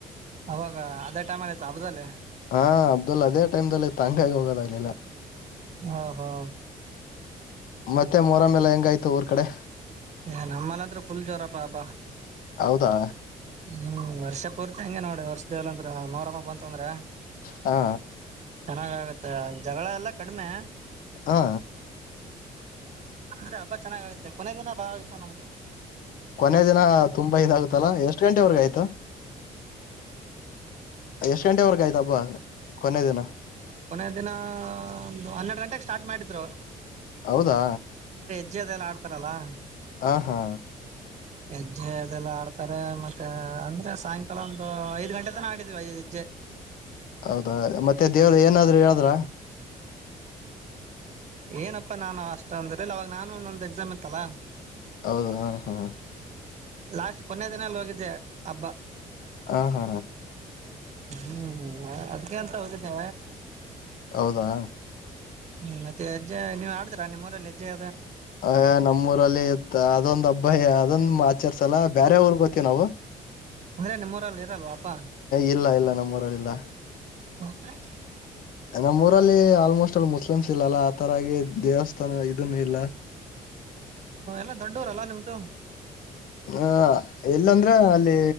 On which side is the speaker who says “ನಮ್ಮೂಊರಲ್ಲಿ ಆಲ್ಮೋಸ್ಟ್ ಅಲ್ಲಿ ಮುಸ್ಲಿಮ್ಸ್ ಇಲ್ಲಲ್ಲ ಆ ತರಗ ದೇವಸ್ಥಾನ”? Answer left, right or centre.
Left